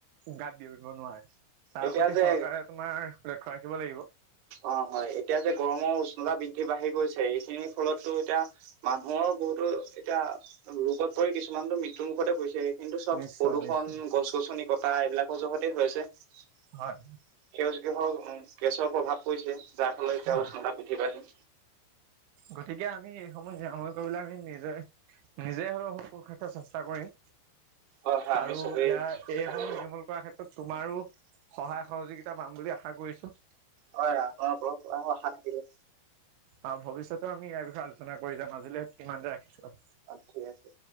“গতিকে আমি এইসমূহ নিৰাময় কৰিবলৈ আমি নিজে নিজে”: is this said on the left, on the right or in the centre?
Right